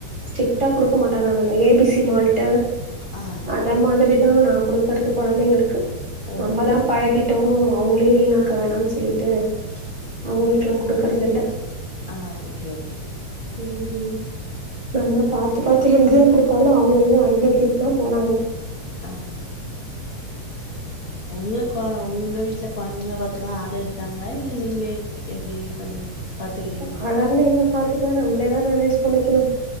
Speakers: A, on the right (about 20°); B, on the left (about 45°).
A: ஸ்டி ட்டா குடுக்க மாட்டன் நானு இந்த ஏபிசி மால்ட்டு
B: ஆ
A: அந்த மாதிரிதா நா குடுக்கறது கொழந்தைங்களுக்கு
B: ஓகே
A: நம்ம தா
B: ஓகே
A: பழகி ட்டோம் அவங்களையும் வீணாக்க வேணான் சொல்லிட்டு அவுங்களுக்குல்லாம் குடுக்கறது இல்ல
B: ஆ ஓகே ஓகே
A: ம் ம் ஆமா பார்த்து பார்த்து ஹெல்தியா கொடுத்தாலலூ அவங்க எங்க அன்ஹெல்திக்கு தா போறாங்க
B: ஆ உங்களக் ஆ உங்க வீட்ல கெழந்தைங்கள பார்த்துக்கலா ஆளு இருக்காங்களா இல்ல நீங்களே எப்டி பண் பாத்துக்கீறீங்க
A: கெலந்தீங்கள பாத்துக்கனோ நம்மளேதா மேனேஜ் பண்ணிக்கணோ <unintelligible>